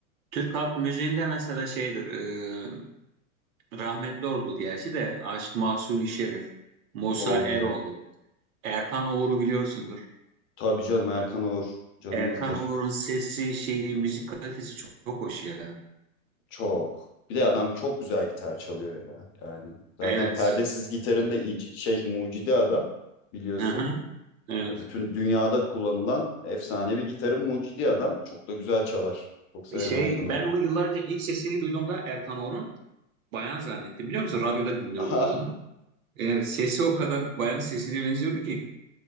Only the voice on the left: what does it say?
O
güzel.
Tabii canım Erkan Oğur canımızdır.
Çok. Bir de adam çok güzel gitar çalıyor ya yani. Zaten
perdesiz gitarın da iyice şey mucidi adam biliyorsun.
Ve Bütün dünyada kullanılan efsanevi gitarın mucidi adam. Çok da güzel çalar. Çok severim
Erkan Oru.
<laughs> Aha,